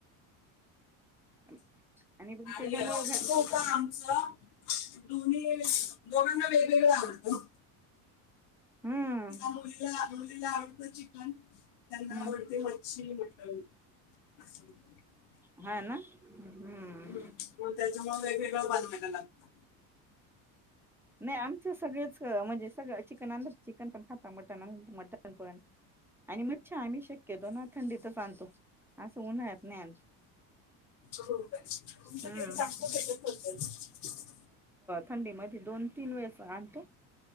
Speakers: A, in the centre; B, on the left (about 70°).
A: <inaudible>
B: आणि
A: त्याच्यामुळ
B: होत
A: हम्म
B: आमचं दोन्ही दोघांना वेगवेगळं आवडत.
A: हम्म
B: त्या मुलीला मुलीला आवडत चिकन, त्यांना
A: हम्म
B: आवडते मच्छी, मटन! <inaudible>
A: हा ना? हम्म
B: ह मग त्याच्यामुळे वेगवेगळं बनवाय लागत.
A: नाही आमचं सगळेच म्हणजे सगळं चिकन आणल चिकन पण खाता मटण, आणल मटन पण, आणि मच्छी आम्ही शक्यतो ना थंडीतच आणतो! असं उन्हाळ्यात नाही आणत.
B: हो तुमच्या
A: हम्म
B: तेथे चांगलं भेटत असेल?
A: थंडीमध्ये दोन तीन वेळेस आणतो.